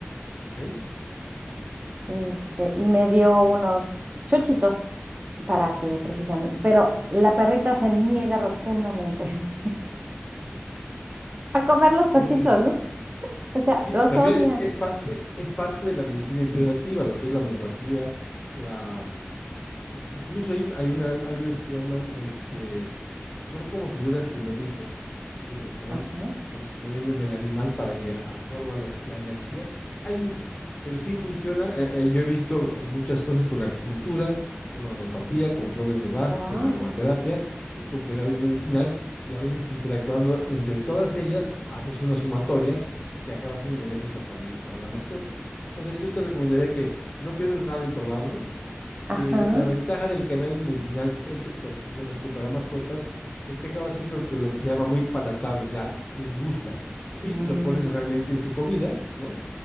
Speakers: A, on the left; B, on the right.
A: ¿Ok?
B: este, y me dio unos chochitos para que precisamente, pero la perrita se niega rotundamente <laughs> a comer los
A: Sí.
B: chochitos, ¿no? O sea,
A: sí
B: los
A: también
B: odia.
A: es, es, parte, es parte de la medicina integrativa, lo que es la homeopatía, la, la incluso hay, un, hay, unas, hay unas que se llaman este, son como figuras geométricas que se, se van
B: Ajá.
A: como poniendo en el animal para que absorba los- la energía. Hay mucho, pero sí funciona. Eh, eh, yo he visto muchas cosas con acupuntura, con homeopatía, con flores de Bach,
B: Wow.
A: con aromaterapia y con cannabis medicinal. Y a veces interactuando entre todas ellas, haces una sumatoria que acaba siendo benéfica para el, para la mascota. Entonces yo te recomendaría que no pierdas nada en probarlo eh,
B: Ajá.
A: la ventaja del cannabis medicinal hecho precisamente para mascotas es que acaba siendo lo que, lo que se llama muy palatable, o sea, les gusta. Y
B: Mm.
A: lo pones realmente en su comida, ¿no?